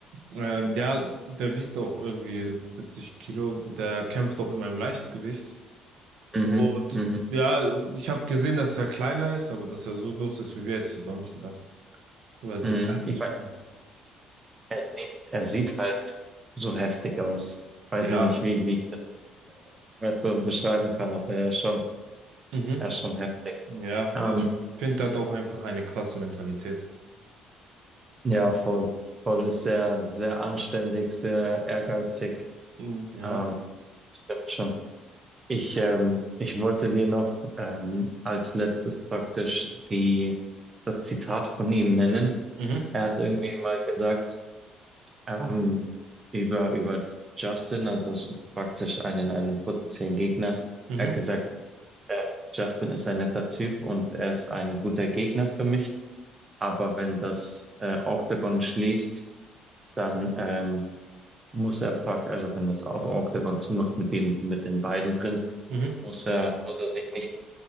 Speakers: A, on the right; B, on the right.
A: Ähm, ja, der wiegt auch irgendwie 70 Kilo. Der kämpft auch immer im Leichtgewicht.
B: Mhm,
A: Und
B: mhm,
A: ja, ich habe gesehen, dass er kleiner ist, aber dass er so groß ist wie wir, hätte ich jetzt auch nicht gedacht. Weil
B: mhm.
A: so klein
B: Ich
A: ist.
B: meine,
A: für ihn.
B: er sieht, er sieht halt so heftig aus. Weiß
A: Ja,
B: ich nicht, wie, wie ich das weißt du, beschreiben kann, aber er ist schon,
A: mhm.
B: er ist schon heftig.
A: Ja, und
B: Ähm,
A: ich finde, der hat auch einfach eine krasse Mentalität.
B: Ja, voll. Voll ist sehr, sehr anständig, sehr ehrgeizig.
A: Mhm, Ja.
B: Ähm, stimmt schon. Ich, ähm, ich wollte dir noch ähm, als letztes praktisch die, das Zitat von ihm nennen.
A: Mhm.
B: Er hat irgendwie mal gesagt, ähm, über, über Justin, also so praktisch einen, einen potenziellen Gegner.
A: Mhm.
B: Er hat gesagt, äh, Justin ist ein netter Typ und er ist ein guter Gegner für mich. Aber wenn das äh, Octagon schließt, dann ähm, muss er praktisch, also wenn das Auge dann zumacht mit den, mit den beiden drin,
A: Mhm.
B: muss er, muss er sich nicht,